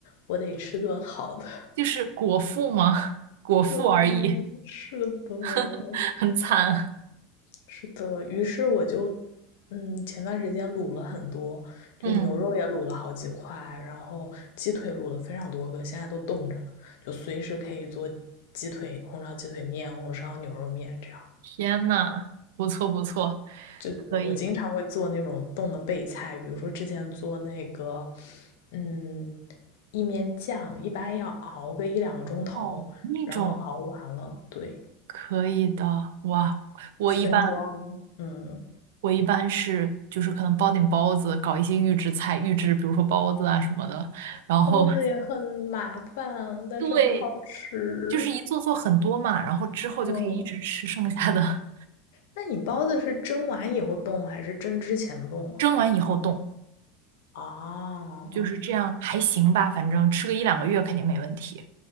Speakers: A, on the left; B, on the right.
A: 我得吃顿好的。
B: 就是果腹吗？<laughs> 果腹而已，
A: 嗯，是的，
B: <laughs> 很惨。
A: 是的。于是我就，嗯，前段时间卤了很多，就牛肉也卤了好几块，
B: 嗯，
A: 然后鸡腿卤了非常多个，现在都冻着呢，就随时可以做鸡腿、红烧鸡腿面、红烧牛肉面这样。
B: 天呐，不错不错，
A: 就我经常会做那种冻的备菜，
B: 可以。
A: 比如说之前做那个，嗯，意面酱，一般要熬个一两个钟头，
B: 哦，那种
A: 然后熬完了，对，
B: 可以的。哇，我一般
A: 分装，嗯。
B: 我一般是就是可能包点包子，搞一些预制菜，预制比如说包子啊什么的，然后
A: 包子也很麻烦，
B: <laughs>
A: 但是很好吃。
B: 对，就是一做做很多嘛，然后之后就可以一直吃剩下的，
A: 嗯，那你包子是蒸完以后冻还是蒸之前冻
B: <laughs> 蒸完以后冻，
A: 啊？
B: 就是这样还行吧，
A: 啊
B: 反正吃个一两个月肯定没问题。